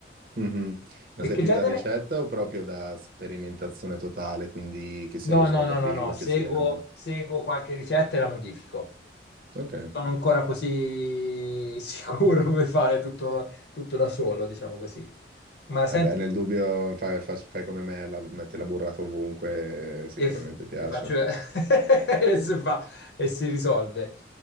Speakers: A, on the right; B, on the left.
A: Mhm. Ma
B: E
A: sei
B: che
A: più
B: genere?
A: da ricetta o proprio da sperimentazione totale, quindi che sia
B: No,
A: lo svuotafrigo,
B: no, no, no, no, seguo,
A: che sia...
B: seguo qualche ricetta e la modifico.
A: Ok.
B: Sono ancora così <laughs> sicuro per fare tutto, tutto da solo, diciamo così. Ma senti,
A: Vabbè, nel dubbio fai, fa- fai come me, la, metti la burrata ovunque, eh, sicuramente
B: e, f-
A: piace.
B: e faccio, <laughs> e si fa, e si risolve.